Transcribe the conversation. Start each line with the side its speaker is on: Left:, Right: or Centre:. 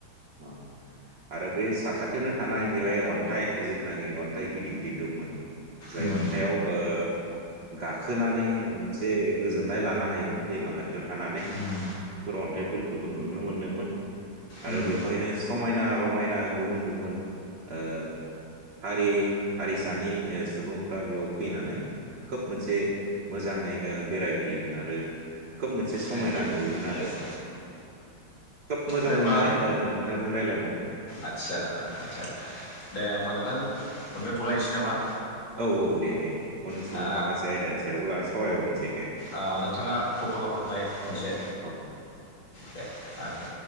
Right: अ आरो बे सा खाथियावनो थानाय बेवहाय अन्थाइ जिथुनोखि अन्थाइ गिदिर गिदिर दंमोन। जाय
Left: उम
Right: अन्थायआव ओ गाखोनानै मोनसे गोजोननाय लानो हायोमोन दैमा खा थियाव थानानै
Left: उम
Right: बेफोर अन्थाइफोरखौबो नुनो मोनदोंमोन। आरो
Left: उम
Right: बेवहायनो समायना-रमायना गुबुन-गुबुन ओ हारि-हारिसानि ओ सुबुंफ्रा बेयाव फैनानै खोब मोनसे मोजांङै ओ बेरायफैयोमोन आरो। खोब मोनसे समायना
Left: थेंक इउ
Right: नुयोमोन
Left: येस
Right: आरो।
Left: औ
Right: खोब मोजां
Left: दे
Right: मोनबाय
Left: बा <unintelligible>
Right: ओ नोंथांजों रायलायनानै औ
Left: आतसा-आतसा दे होमबा नोथां दोनथ'लायसै नामा?
Right: औ-औ दे-दे-दे उन
Left: ओ,
Right: समाव माखासे आयदानि सायाव ला सावरायबावनोसै खनसे खो।
Left: आ नोंथांङा कल खालामहरनाय खनसे।
Right: औ
Left: दे आ दे।